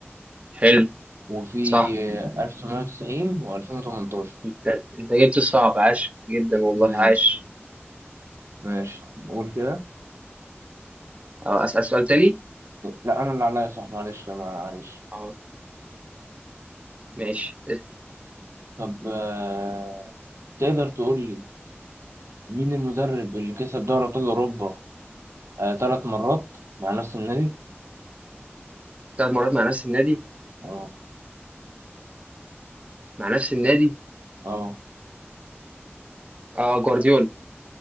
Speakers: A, on the right (about 30°); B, on the right (about 85°).
A: حلو
B: وفي
A: صح
B: آه 1990 و2018
A: انت انت جبت الصعب عاش جدا والله
B: ماشي
A: عاش
B: ماشي نقول كده
A: اه أسأل سؤال تاني
B: لا انا اللي عليا صح معلش لا معلش
A: اه ماشي
B: طب آه تقدر تقول لي مين المدرب اللي كسب دوري أبطال أوروبا آه ثلاث مرات مع نفس النادي؟
A: ثلاث مرات مع نفس النادي
B: اه
A: مع نفس النادي
B: اه
A: اه جوارديولا